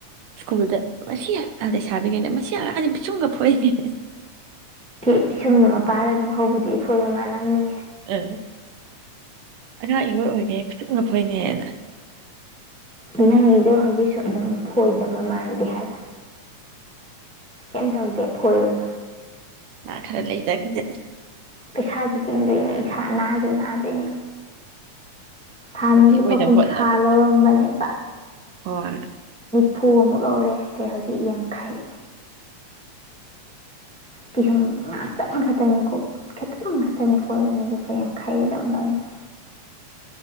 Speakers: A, on the right; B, in the centre.
A: ꯁ꯭ꯀꯨꯜꯗ ꯃꯁꯤ ꯑꯥꯗꯩ ꯁꯥꯕꯤꯈꯩꯗ ꯃꯁꯤ ꯑꯗꯤ ꯄꯤꯁꯨꯡꯒ ꯐꯣꯛꯏꯅꯦ
B: ꯏꯁꯤꯁꯨꯝꯗꯨ ꯃꯄꯥꯥꯟꯗ ꯑꯗꯨꯝ ꯍꯧꯕꯗꯤ ꯑꯩꯈꯣꯏꯒ ꯃꯥ ꯂꯪꯅꯤ
A: ꯎ ꯉꯉꯥꯡ ꯏꯍꯣꯏ ꯑꯣꯏꯒꯦ ꯐꯤꯤꯁ ꯃꯈꯣꯏꯅꯦꯅ
B: ꯅꯪꯒꯤꯗꯣ ꯍꯧꯖꯤꯛꯁꯨ ꯑꯗꯨꯝ ꯐꯣꯏꯗꯕ ꯃꯥꯟꯗꯦ ꯍꯥꯏꯕ ꯀꯩ ꯇꯧꯗꯦ ꯊꯣꯏꯔꯨꯅꯨ
A: ꯃꯥ ꯈꯔ ꯂ ꯂꯩꯇꯀꯗꯦꯅꯦ
B: ꯏꯁꯥꯁꯨ ꯇꯤꯡꯗꯣꯏꯅꯤ ꯏꯁꯥ ꯅꯥꯁꯨ ꯅꯥꯗꯣꯏꯅꯤ ꯍꯥꯟꯅ
A: ꯐꯖꯕꯤ
B: ꯂꯨꯄꯥ
A: ꯑꯣꯏꯅꯕ
B: ꯀꯨꯟꯊ꯭ꯔꯥ
A: ꯍꯣꯠꯅꯕ
B: ꯂꯧꯔꯝꯕꯅꯦꯕ
A: ꯍꯣꯏ
B: ꯐꯨ ꯑꯃꯨꯛ ꯂꯧꯔꯦ ꯑꯗꯩ ꯍꯧꯖꯤꯛ ꯌꯥꯡꯈꯥꯏ ꯄꯤꯐꯝ ꯉꯥꯛꯇꯪ ꯈꯛꯇꯅꯤꯀꯣ ꯈꯤꯇꯪ ꯑꯃ ꯈꯛꯇꯅꯤ ꯐꯣ ꯂꯨꯄꯥ ꯌꯥꯡꯈꯩ ꯑꯗꯨꯝ ꯂꯥꯛꯏꯁ